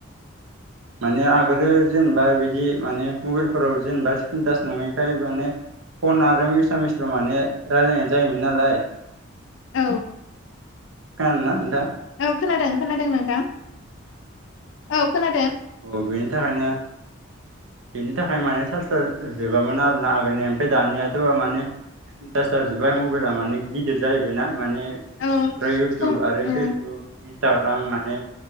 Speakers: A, on the right; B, on the left.
A: माने आगोलो जेनोबा बिदि माने मबेलफोराव जेनोबा स्क्रिनटास नङैखाय माने फन आरो इसामिसल माने रायलायनाय जायोमोन नालाय
B: औ।
A: खोनादोना नोंथाङा?
B: औ खोनादों खोनादों नोंथां, औ खोनादों।
A: औ बेनि थाखायनो बेनि थाखाय माने सार्च आ जोबामोन आरोना आगोलनि ओमफ्राय दानियाथ माने स्किन टास‌ जाजोब्बाय मबेला माने गिदिर जाहैबायना माने ओमफ्राय
B: औ
A: इवतुब
B: जों
A: आरो
B: औ
A: फेसबुक इन्स टाग्राम माने